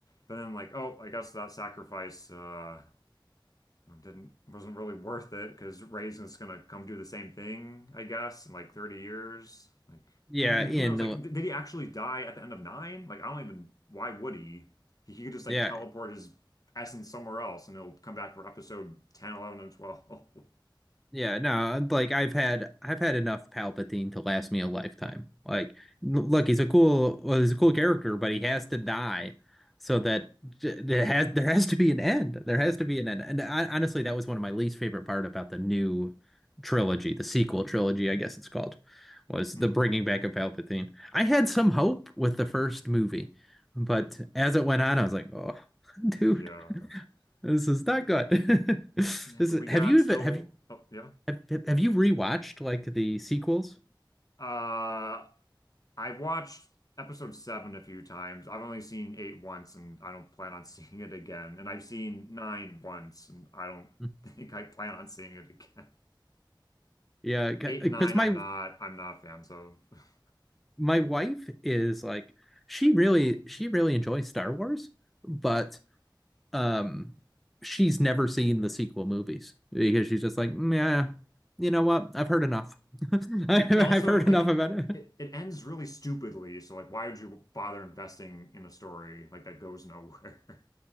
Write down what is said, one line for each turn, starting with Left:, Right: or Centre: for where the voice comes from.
Left: But then like, oh, I guess that sacrifice uh, it didn't wasn't really worth it because Raisin's gonna come do the same thing, I guess, in like 30 years. Like,
Centre: Yeah,
Left: and, and
Centre: in
Left: who knows? Like, th- did he actually die at the end of nine? Like, I don't even. Why would he? He, he could just
Centre: yeah,
Left: like teleport his essence somewhere else, and he'll come back for episode ten, eleven, and 12. <laughs>
Centre: Yeah, no, like I've had I've had enough Palpatine to last me a lifetime. Like, look, he's a cool well, he's a cool character, but he has to die so that j- there has there has to be an end. There has to be an end. And I, honestly, that was one of my least favorite part about the new trilogy, the sequel trilogy, I guess it's called, was
Left: Hmm.
Centre: the bringing back of Palpatine. I had some hope with the first movie, but as it went on, I was like, oh, <laughs> dude,
Left: Yeah.
Centre: this is not
Left: But,
Centre: good. <laughs> This
Left: yeah,
Centre: is,
Left: but we
Centre: have
Left: got
Centre: you even
Left: still.
Centre: have you
Left: Oh, yeah.
Centre: have, have have you rewatched like the sequels?
Left: Uh, I've watched episode seven a few times. I've only seen eight once, and I don't plan on <laughs> seeing it again. And I've seen nine once, and I don't
Centre: Mhm.
Left: <laughs> think I plan on seeing it again.
Centre: Yeah, because
Left: Eight and nine,
Centre: my
Left: I'm not, I'm not fans of. <laughs>
Centre: my wife is like she really she really enjoys Star Wars, but um she's never seen the sequel movies because she's just like, yeah, you know what? I've heard enough. <laughs> I've
Left: And also,
Centre: heard
Left: like,
Centre: enough about it.
Left: it, it ends really stupidly. So, like, why would you bother investing in a story like that goes nowhere? <laughs>